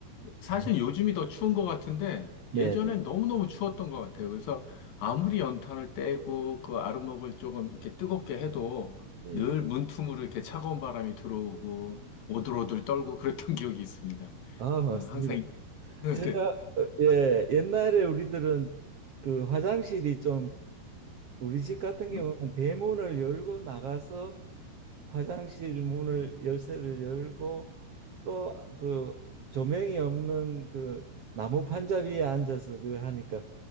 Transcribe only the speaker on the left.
사실
요즘이 더 추운 것 같은데
예전엔
너무너무 추웠던 것 같아요. 그래서 아무리 연탄을 떼고 그 아랫목을 조금 이렇게 뜨겁게 해도
늘 문틈으로 이렇게 차가운 바람이 들어오고 오들오들 떨고 그랬던 <laughs> 기억이 있습니다.
어, 항상, 이- <laughs> 네,
네.
뭐,